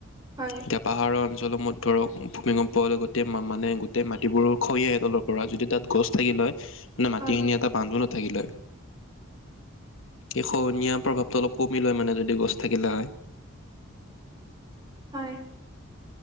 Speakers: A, on the right; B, on the left.
A: হয়।
B: এতিয়া পাহাৰৰ অঞ্চলসমূহত ধৰক ভূমিকম্প হ'লে গোটেই মানে গোটেই মাটিবোৰ খহি আহে তলৰ পৰা। যদি তাত- গছ থাকিল হয় মানে মাটিখিনি
A: হয়,
B: এটা বান্ধোনত থাকিল হয়। এই খনহনীয়া প্ৰভাৱটো অলপ কমিল হয় মানে যদি গছ থাকিলে হয়।
A: হয়।